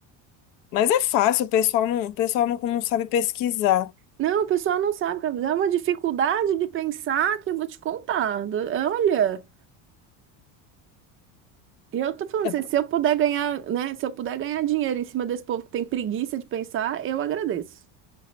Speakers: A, on the left (about 50°); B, on the right (about 30°).
A: Mas é fácil, o pessoal não, o pessoal não, não sabe pesquisar.
B: Não, o pessoal não sabe, Gabriel. É uma dificuldade de pensar que eu vou te contar. Do- Olha, eu tô falando
A: É,
B: assim, se eu puder ganhar, né? Se eu puder ganhar dinheiro em cima desse povo que tem preguiça de pensar, eu agradeço.